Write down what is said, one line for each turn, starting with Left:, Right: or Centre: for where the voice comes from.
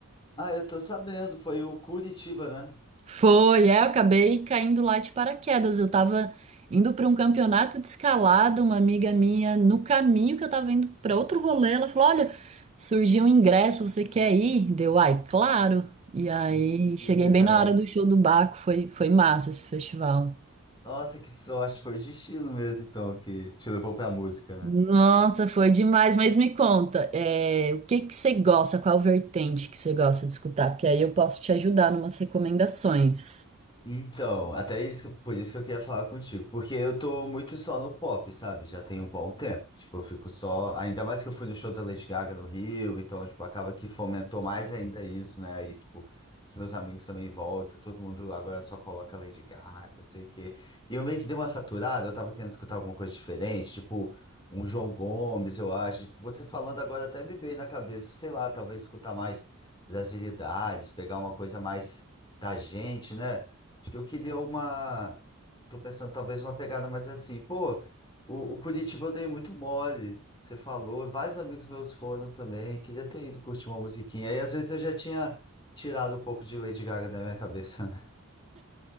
Left: Ah, eu tô sabendo, foi o Curitiba, né?
Right: Foi, é, eu acabei caindo lá de paraquedas. Eu tava indo para um campeonato de escalada, uma amiga minha, no caminho que eu tava indo para outro rolê, ela falou: Olha, surgiu um ingresso, você quer ir? Deu, ai, claro. E aí
Left: Mentira.
Right: cheguei bem na hora do show do Baco, foi, foi massa esse festival.
Left: Nossa, que sorte, foi o destino mesmo, então, que te levou pra música, né?
Right: Nossa, foi demais, mas me conta, é, o que que você gosta, qual vertente que você gosta de escutar? Porque aí eu posso te ajudar numas recomendações.
Left: Então, até isso, por isso que eu queria falar contigo, porque eu tô muito só no pop, sabe? Já tem um bom tempo. Tipo, eu fico só, ainda mais que eu fui no show da Lady Gaga no Rio, então, tipo, acaba que fomentou mais ainda isso, né? E, tipo, os meus amigos também voltam, todo mundo agora só coloca Lady Gaga, não sei o quê. E eu meio que dei uma saturada, eu tava querendo escutar alguma coisa diferente, tipo, um João Gomes, eu acho. Tipo, Você falando agora até me veio na cabeça, sei lá, talvez escutar mais brasilidades, pegar uma coisa mais da gente, né? Acho que eu queria uma. Tô pensando talvez uma pegada mais assim. Pô, o, o Curitiba eu dei muito mole. Você falou, vários amigos meus foram também. Queria ter ido curtir uma musiquinha. Aí às vezes eu já tinha tirado um pouco de Lady Gaga da minha cabeça, né?